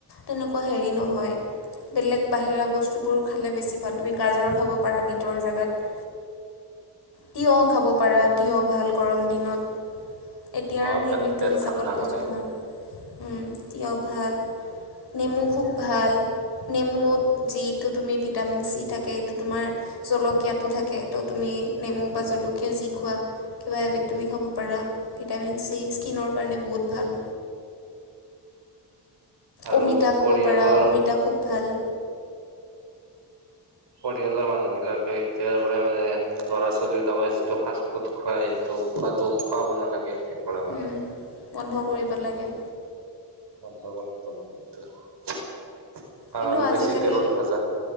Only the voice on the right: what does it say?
অ
পেট পেট
ঠাণ্ডা
কৰে
আৰু
পৰিয়ালৰ
পৰিয়ালৰ মানুহ বিলাকে এতিয়াৰ পৰা মানে ল'ৰা ছোৱালীৰলাকে যিটো ফাষ্ট ফুড খুৱাই সেইটো খোৱাটো খুৱাব নালাগে। তি <unintelligible> পৰা মানে
বন্ধ কৰি দিব লাগে <unintelligible> কাৰণ
বেছি তেলত ভাজা,